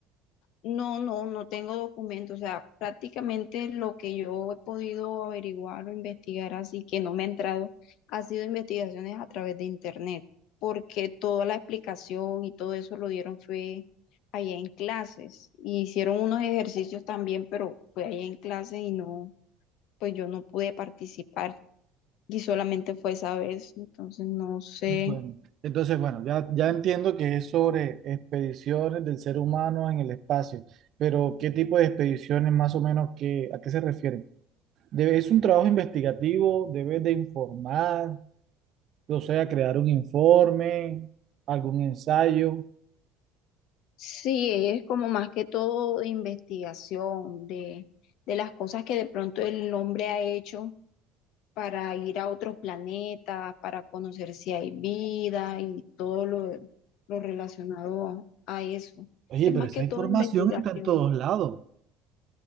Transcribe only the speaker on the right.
Bueno, entonces, bueno, ya, ya entiendo que es sobre expediciones del ser humano en el espacio, pero ¿qué tipo de expediciones más o menos que, a qué se refieren? Debe- ¿es un trabajo investigativo? ¿Debes de informar? O sea, crear un informe, algún ensayo.
Oye,
pero
esa
información
está en todos lados.